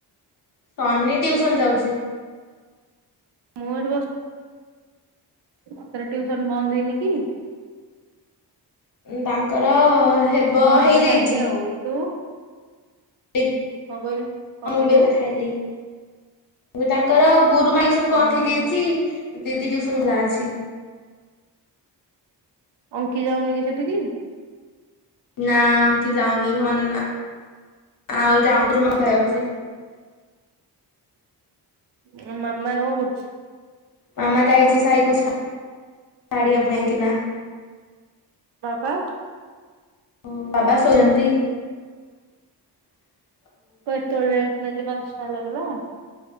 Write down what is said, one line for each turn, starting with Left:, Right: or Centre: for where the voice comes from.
Left: ସନି ଟିଉସନ ଯାଉଛି।
Right: ମୋର ବ <inaudible> ଟୁଉସନ ବନ୍ଦ ହେଇନି କି?
Left: ବାଙ୍କର ହେବ
Right: ହଁ ଏବେ
Left: ହେଇଯାଇଛି।
Right: ଖାଇଲି ଆଉ ତୁ
Left: ହଁ
Right: କଣ ଗ କଣ କହିଲୁ।
Left: ବି ଏବେ ଖାଇଲି ମୁଁ ତାଙ୍କର ଗୋରୁ ମାଗୁସନ
Right: ଓହୋ
Left: ବନ୍ଦ ହେଇଯାଇଛି। ଦିଦି ଟିଉସନ କ୍ଲା ଅଛି।
Right: ଅଙ୍କି ଯାଉନି କି ସେଠିକି?
Left: ନା କି ଯାଉନି ମ <inaudible> ଆଉ <unintelligible> ଯାଉଛି।
Right: ଆ ମାମା କଣ କରୁଛି?
Left: ମାମା ଯାଇଚି ସାଇକୁ <inaudible> ଛାଡିବା ପାଇଁ କି ନା। <inaudible>
Right: ବାପା?
Left: ହଁ ବାବା ଶୋଇଛନ୍ତି। <inaudible>
Right: କ ତଳେ ନନ୍ଦୀ ପାଞ୍ଚ ଟ ହେଲାଣି ପା।